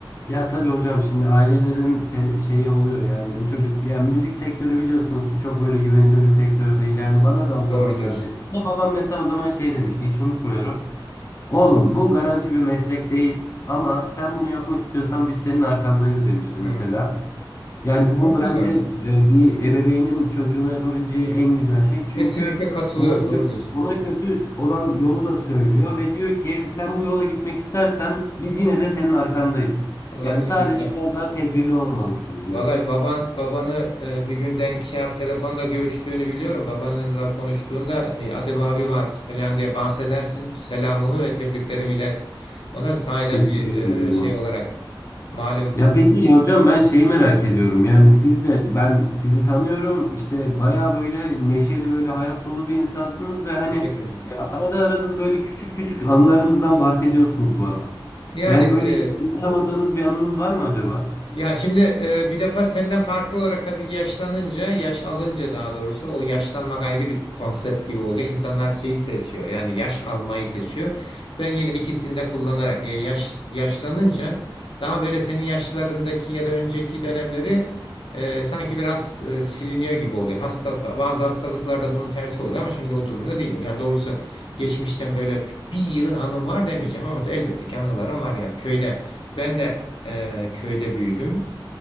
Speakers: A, on the left; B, on the left.
A: Ya tabii hocam şimdi ailelerin te- şeyi oluyor yani bu çocuk yani müzik sektörü biliyorsunuz ki çok böyle güvenilir bir sektör değil. Yani bana da o zamanlarda
B: Doğru diyorsun.
A: Bana babam mesela o zaman şey demişti hiç unutmuyorum. Oğlum bu garanti bir meslek değil ama sen bunu yapmak istiyorsan biz senin arkandayız demişti
B: Hmm,
A: mesela. Yani bu
B: çok güzel.
A: bence e, bir ebeveynin çocuğuna yapabileceği en güzel şey. Çünkü
B: Kesinlikle katılıyorum.
A: ona kötü,
B: Doğru diyorsun.
A: ona kötü olan yolu da söylüyor ve diyor ki sen bu yola gitmek istersen biz yine de senin arkandayız.
B: Vallahi
A: Yani
B: tebrikler.
A: sadece biraz daha tedbirli olmalısın diyor.
B: Vallahi baban babanı e, bir gün denk şey yap telefonda görüştüğünü biliyorum. Babanınla konuştuğunda e, Adem abi var falan diye bahsedersin. Selamımı ve tebriklerimi ilet. Ona sahiden
A: Teşekkür
B: bir
A: ederim.
B: e, şey olarak malum.
A: Ya peki ya hocam ben şeyi merak ediyorum. Yani
B: Heh,
A: siz de ben sizi tanıyorum. İşte baya böyle neşeli böyle hayat dolu bir insansınız ve hani
B: teşekkür ederim.
A: e, arada arada da böyle küçük küçük anlarınızdan bahsediyorsunuz bana.
B: Yani
A: Yani
B: e,
A: böyle hiç unutamadığınız bir anınız var mı acaba?
B: Ya şimdi e, bir defa senden farklı olarak tabii ki yaşlanınca, yaş alınca daha doğrusu o yaşlanmak ayrı bir konsept gibi oluyor. İnsanlar şeyi seçiyor yani yaş almayı seçiyor. Ben yine ikisini de kullanarak ya yaş yaşlanınca daha böyle senin yaşlarındaki ya da önceki dönemleri e, sanki biraz e, siliniyor gibi oluyor. Hasta, bazı hastalıklarda bunun tersi oluyor ama şimdi o durumda değilim. Yani doğrusu geçmişten böyle bir yığın anım var demeyeceğim ama elbette ki anılarım var yani köyde. Ben de Eee, köyde büyüdüm.